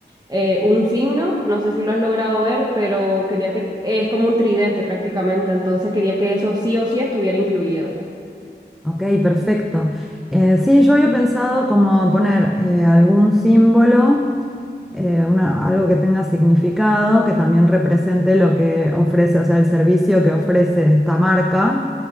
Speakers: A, on the right; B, in the centre.
A: eh, un signo, no sé si lo has logrado ver, pero quería que es como un tridente prácticamente, entonces quería que eso sí o sí estuviera incluido.
B: Ok, perfecto. Eh, sí, yo había pensado como poner eh, algún símbolo eh, una- algo que tenga significado, que también represente lo que ofrece, o sea, el servicio que ofrece esta marca,